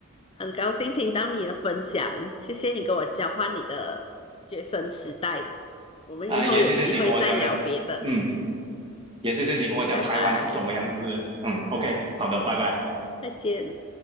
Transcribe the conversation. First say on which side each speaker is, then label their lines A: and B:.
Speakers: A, on the left; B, on the right.
A: 很高兴听到你的分享，谢谢你跟我交换你的学生时代，我们以后有机会再聊别的，
B: 啊，也谢谢你跟我讲的，嗯，也谢谢你跟我讲台湾是什么样子，
A: 拜拜，
B: 嗯，OK，好的，拜拜。
A: 再见。